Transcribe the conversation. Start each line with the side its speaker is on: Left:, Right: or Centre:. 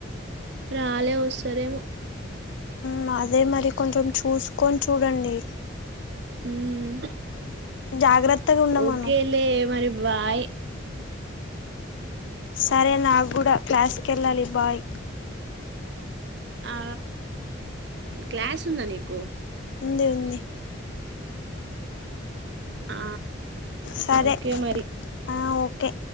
Right: రాలే వస్తారేమో
Left: మ్ అదే మరి కొంచెం చూస్ కొన్ చూడండి
Right: మ్మ్
Left: జాగ్రత్తగా ఉండమను
Right: ఓకేలే మరి వాయ్
Left: సరే నాక్కూడ క్లాస్కెళ్ళాలి బాయ్
Right: ఆ క్లాస్ ఉందా నీకు
Left: ఉంది ఉంది
Right: ఆ!
Left: సరే
Right: ఓకే మరి.
Left: ఆ ఓకే